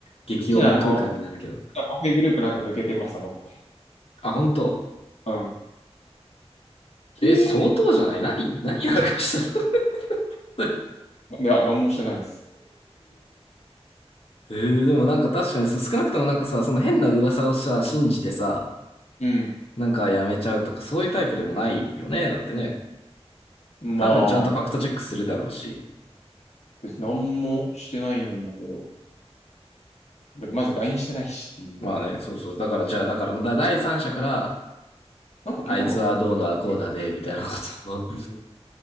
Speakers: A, on the left; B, on the left.
A: 激重空間になるけど。
B: きなあの、パフェグループなんか抜けてます、あの子。
A: あ、本当
B: うん。ひえー。
A: え、相当じゃない何何やらかしたの <laughs>
B: いや、なんもしてないです。
A: えー、でもなんか確かにそう少なくともなんかさ、その変な噂をさ、信じてさ、
B: うん。
A: なんかやめちゃうとか、そういうタイプでもないよね。だってね、
B: まあ、
A: 多分ちゃんとファクトチェックするだろうし。
B: 別になんもしてないんだけど、でまずラインしてないしっていう。
A: まあね、そうそう。だからじゃあ、だからもうだ第三者から、
B: なんか聞いたんかな
A: あいつはどうだ、こうだで、みたいなことを
B: う